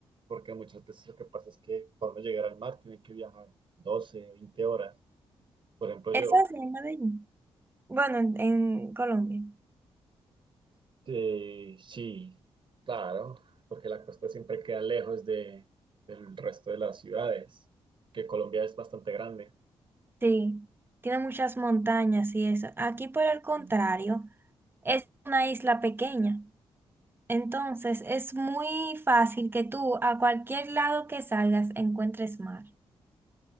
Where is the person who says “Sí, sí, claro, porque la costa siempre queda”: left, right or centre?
Right